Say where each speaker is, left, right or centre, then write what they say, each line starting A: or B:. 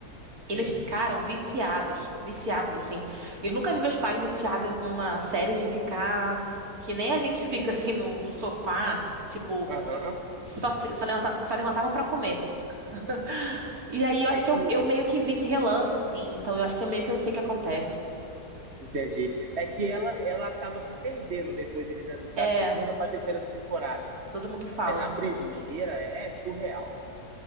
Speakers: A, on the right; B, on the right.
A: eles
B: Você.
A: ficaram viciados. Viciados, assim. Eu nunca vi meus pais viciados numa série de ficar. Que nem a gente <laughs> fica assim no, no sofá, tipo,
B: Aham.
A: só, se- só, levanta, só levantava pra comer. <laughs> E aí eu
B: É
A: acho que
B: que.
A: eu, eu meio que vi de relance, assim. Então eu acho que eu meio que eu sei o que acontece.
B: Entendi. É que ela, ela acaba se perdendo depois ali da, da
A: É,
B: segunda pra terceira temporada.
A: todo mundo fala.
B: Mas a primeira é surreal.